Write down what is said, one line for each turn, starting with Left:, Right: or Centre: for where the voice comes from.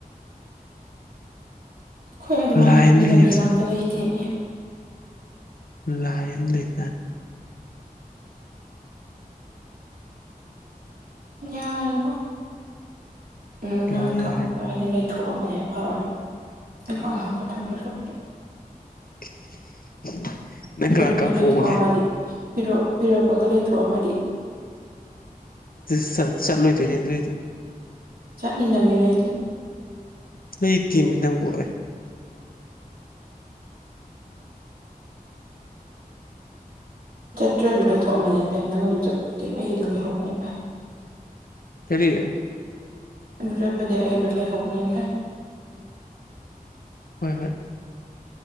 Right: ꯑꯈꯣꯏ ꯑꯗꯨꯃꯥꯏꯅ
Left: ꯂꯥꯏ
Right: ꯄꯤꯕꯤꯅꯕ
Left: ꯑꯃꯗꯤ ꯂꯩꯕꯖꯦ
Right: ꯃꯤꯒ ꯑꯝ ꯂꯩꯇꯦꯃꯤ
Left: ꯂꯥꯏ ꯑꯝ ꯂꯩꯗꯅ
Right: ꯌꯥꯔꯦꯕꯣ <unintelligible>
Left: ꯀꯩꯅꯣ
Right: ꯀꯥꯞꯄꯛꯄꯗꫭ
Left: ꯌꯥꯔꯦ
Right: ꯑꯩꯅ <unintelligible> ꯊꯣꯛꯑꯝꯃꯦ ꯍꯦꯛ ꯐꯕꯅꯤ ꯑꯦꯀꯥꯎꯟ ꯍꯥꯞꯄ ꯊꯝꯗꯣꯏ ꯁꯔꯨꯛꯄꯨꯗꯤ
Left: <unintelligible>
Right: ꯄꯤꯔꯛꯄꯒ
Left: ꯀꯥꯞꯄꯣꯛꯑꯒꯦ
Right: ꯂꯩꯊꯣꯛꯑꯝꯃꯗꯤ ꯄꯤꯔꯣ ꯄꯤꯔꯛꯄꯒ ꯂꯩꯊꯣꯛꯑꯝꯃꯗꯤ
Left: ꯗꯤꯁ ꯆꯥ ꯆꯠꯂꯣꯏꯗꯣꯏꯅꯦ ꯑꯗꯨꯏꯗꯤ
Right: ꯆꯠꯅꯤ ꯅꯪꯒꯤ ꯂꯩꯇꯦ
Left: ꯂꯩꯇꯦꯃꯤ ꯅꯪꯕꫭ ꯑꯦ
Right: ꯆꯠꯇ꯭ꯔꯖꯨ ꯂꯩꯊꯣꯛꯑꯝꯕꯅ ꯍꯦꯟꯅ ꯐꯩ ꯅꯪ ꯑꯗꯨ ꯆꯠꯄꯗꯨꯗꯤ ꯑꯩ ꯑꯗꯨ ꯂꯩꯍꯧꯕꯅ ꯍꯦꯟ ꯐꯩ
Left: ꯀꯔꯤ
Right: ꯑꯗꯨ ꯆꯠꯄꯗꯩ ꯑꯩ ꯑꯗꯨ ꯂꯩꯍꯧꯕꯅ ꯍꯦꯟ ꯐꯩ
Left: ꯍꯣꯏ ꯍꯣꯏ